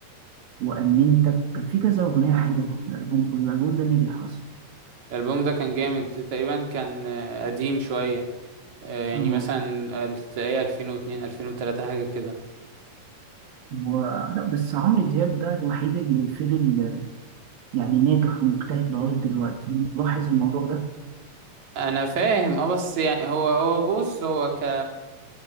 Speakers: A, on the right; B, on the right.
A: وأمنتك كان في كذا أغنية حلوة في الألبوم كله الألبوم ده نجح أصلا
B: الالبوم ده كان جامد تقريبا كان آه، قديم شويه آه، يعني
A: اه
B: مثلا ال- تلاقيه 2002 2003 حاجه كده
A: و... لا بس عمرو دياب ده الوحيد اللي فضل يعني ناجح ومجتهد لغاية دلوقتي ملاحظ الموضوع ده
B: انا فاهم اه بس يعني هو هو بص هو ك